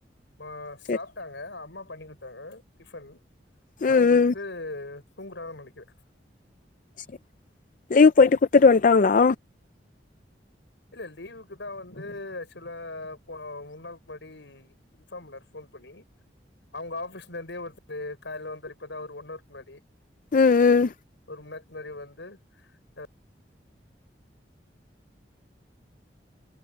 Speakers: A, on the left; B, on the left.
A: மா
B: சேர்
A: சாப்ட்டாங்க அம்மா பண்ணி குடுத்தாங்க டிஃபன் பண்ணி
B: ம்
A: குடுத்துட்டு
B: ம்
A: தூங்குறார்னு நெனைக்குறே
B: சேர் லீவ் போய்ட்டு குடுத் துட்டு வந்ட்டாங்களா
A: இல்ல லீவுக்கு தா வந்து ஆக்சுவலா போ மூணு நாளுக்கு முன்னாடி இன்ஃபார்ம் பண்ணாரு ஃபோன் பண்ணி அவங்க ஆஃபிஸ்ல இருந்தே ஒருத்தர் கால்ல வந்தார் இப்பதா ஒரு ஒன் அவருக்கு முன்னாடி
B: ம் ம்
A: ஒரு மண் நேரத் மாரி வந்து அ